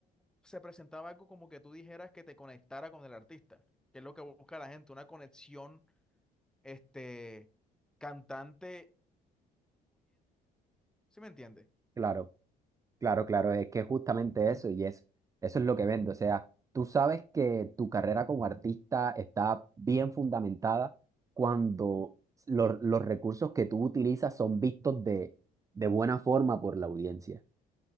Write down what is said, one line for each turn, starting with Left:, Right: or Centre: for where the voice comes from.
Centre: se presentaba algo como que tú dijeras que te conectara con el artista, que es lo que busca la gente, una conexión, este, cantante-oyente. ¿Sí me entiendes?
Right: Claro, Claro, claro, es que justamente eso y es, eso es lo que vende. O sea, tú sabes que tu carrera como artista está bien fundamentada cuando los, los recursos que tú utilizas son vistos de, de buena forma por la audiencia.